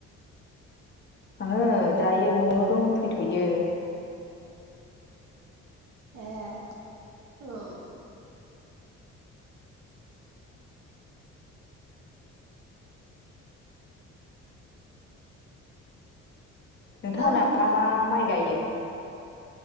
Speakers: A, on the left; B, on the right.
A: आङो दायो न'वावनो दंफैथ'यो।
B: ए औ।
A: नोंथांमोनहा
B: हेलौ नोंथां
A: मा मा माइ गायो?